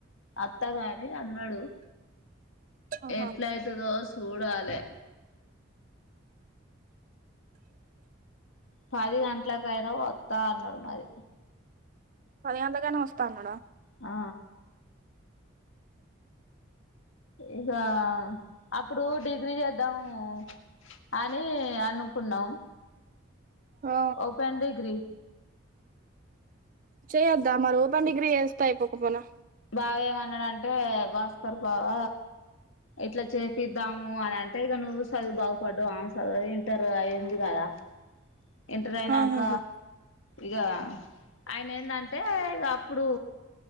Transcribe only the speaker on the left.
అత్త కాని అన్నాడు
ఎట్ల అయితుదో చూడాలె పది గంటలకైనా వస్తా అన్నాడు మరి
ఆ ఇక అప్పుడు డిగ్రీ చేద్దాము అని అనుకున్నాం
ఓ పన్ డిగ్రీ
బావ ఏమన్నాడంటే భాస్కర్ బావ ఇట్లా చేపిద్దాము అని అంటే ఇక నువ్వు చదువు బాగుపడ్డువు అవు సదువు ఇంటర్ అయింది కదా ఇంటర్ అయినాక
ఇగా ఆయన ఏంటంటే ఇక అప్పుడు